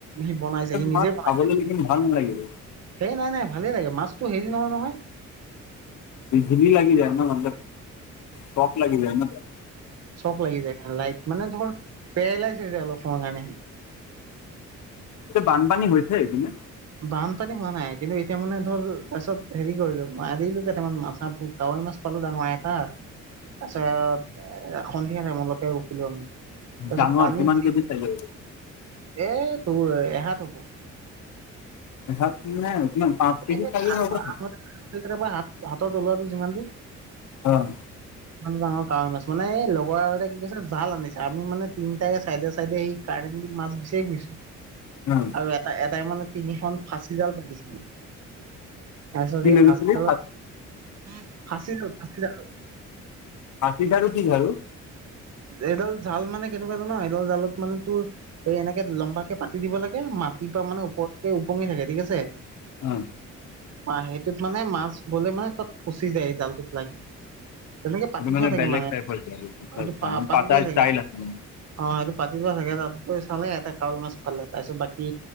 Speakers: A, on the right (about 55°); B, on the left (about 75°).
A: সি বনাইছে সি নিজে
B: মাছ
A: বনাইছে
B: খাবলৈ লেকিন ভাল নালাগিব
A: সেই নাই নাই ভালেই লাগে মাছতটো হেৰি নহয় নহয়
B: বিজলি লাগে ন ম চক লাগী যায় ন তাত
A: চখ লাগি যায় কাৰণে লাইট মানে ধৰ পেৰালাইছ যায় অলপৰ কাৰণে হি
B: এয়া বানপানী হৈছে সেইপিনে
A: বানপানী হোৱা নাই কিন্তু এতিয়া মানে ধৰ তাৰপিছত হেৰি কৰিলো মই আনিলো কেইটামান মাছ হাঁ খুব তাওত কাৱেই মাছ পালো ডাঙৰ এটা তাৰছত এ সন্ধিয়া টাইম লৈকে ৰখিলো আমি তাৰপিছত
B: ডাঙৰ
A: পানী
B: কিমান
A: যি
B: কেজি চাইজৰ হব
A: এ তোৰ এহাত হব
B: এহাত মানে কিমান
A: কোবা
B: পাঁচ কেজি চাইজৰ
A: হাত
B: হ'ব চাগে
A: হাতৰ তলুৱাটো যিমান টো
B: উম
A: ই ডাঙৰ কাৱৈ মাছ মানে এই লগৰ আৰু এটাই কি কছে জাল আনিছে আমি মানে তিনিটাই চাইডে চাইডে সি কাৰেণ্ট মাছ বিচাৰি ফুৰিছো
B: অ
A: আৰু এ এটাই মানে তিনিখন ফাঁচি জাল পাতিছিলে তাৰপিছত
B: কি
A: সেই
B: লৈ গৈছিলি
A: ফাঁচি জালত ফাঁচি ফাঁচিজাল
B: আশি খাৰু কি খাৰু
A: এডাল জাল মানে কেনেকোৱা জান এডাল জালত মানে তোৰ এনেকে লম্বা কে পাতি দিব লাগে মাত ৰাতিপা মানে ওপৰকে উপঙি থাকে ঠিক আছে
B: উম
A: অ সেইটোত মানে মাছ গলে মানে তাত ফচি যায় জালটোত লাগি তেনেকে পাতি
B: সেইটো
A: থোৱা থাকে
B: বেলেগ
A: মানে
B: টাইপৰ ঝাৰু আচ্ছা
A: সেটো
B: আচ্ছা
A: পা
B: মানে
A: পাতি
B: পাতাৰ
A: থোৱাই থাকে
B: ষ্টাইল আছে মানে
A: অ অ সেইটো পাতি লোৱা থাকে তাত গৈ চালে এটা কাৱৈ মাছ ভালে তাৰ পিছত বাকী